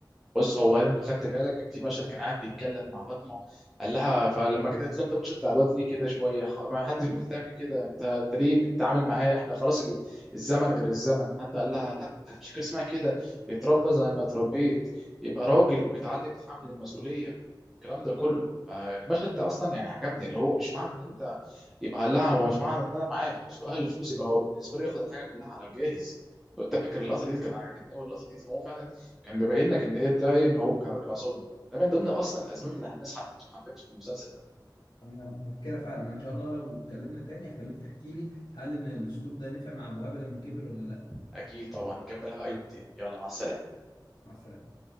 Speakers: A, in the centre; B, on the left.
A: بص هو انت خدت بالك كان في مشهد كان قاعد بيتكلم مع فاطمه قال لها فلما جت قالت له انت بتشد على الواد ليه كده شويه خ- ما حدش بتعمل كده انت انت ليه بتتعامل معاه احنا خلاص ال- الزمن غير الزمن حتى قال لها لا مفيش حاجه اسمها كده يتربى زي ما اتربيت يبقى راجل ويتعلم يتحمل المسؤوليه الكلام ده كله آه، المشهد ده اصلا يعني عجبني اللي هو مش معنى ان انت يبقى قال لها هو مش معنى ان انا معايا فلوس واهلي فلوس يبقى هو بالنسبه له ياخد الحاجه كلها على الجاهز لو انت فاكر اللقطه دي كانت عجبتني قوي اللقطه دي هو فعلا كان بيبين لك ان ايه ده ان هو كان راجل عصبي ده من ضمن اصلا الاسباب اللي الناس حبته حبته في المسلسل ده
B: انا مفكره فعلا أنا ان شاء الله لو اتكلمنا تاني هخليك تحكي لي هل ان الاسلوب ده نفع مع ابو وهاب لما كبر ولا لا
A: اكيد طبعا نكملها بقى يوم تاني يلا مع السلامه
B: مع السلامه